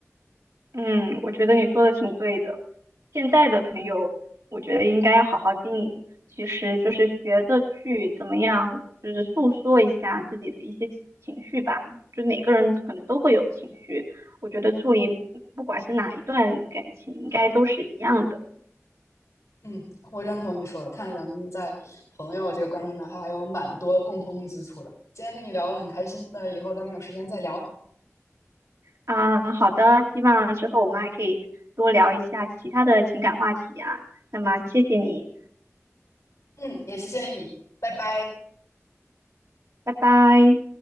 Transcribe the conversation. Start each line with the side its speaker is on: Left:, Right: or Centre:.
Right: 嗯，我觉得你说的挺对的。现在的朋友，我觉得应该要好好经营。其实就是学着去怎么样，就是诉说一下自己的一些情绪吧。就每个人可能都会有情绪，我觉得处理不管是哪一段感情，应该都是一样的。
Left: 嗯，我认同你说的，看咱们在朋友这个观念上还有蛮多共通之处的。今天跟你聊得很开心，那以后咱们有时间再聊。
Right: 啊，好的，希望之后我们还可以多聊一下其他的情感话题啊。那么谢谢你，
Left: 嗯，也谢谢你，拜拜。
Right: 拜拜。